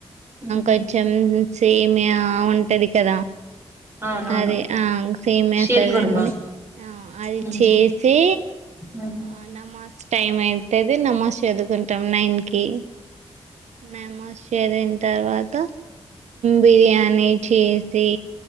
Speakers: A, on the right; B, on the right.
A: మ్మ్.
B: కొంచెం సేమియా ఉంటది కదా
A: అవునవును
B: అదే ఆ సేమ్య
A: షీర్
B: వస్తది
A: కుర్మా
B: కదండి ఆ అది
A: మ్మ్.
B: చేసే
A: మ్మ్.
B: ఆ నమాజ్ టైమ్ అయితది నమాజ్ చదువుకుంటాం నైన్ కి నమాజ్ చేసిన తర్వాత బిర్యా ని చేసి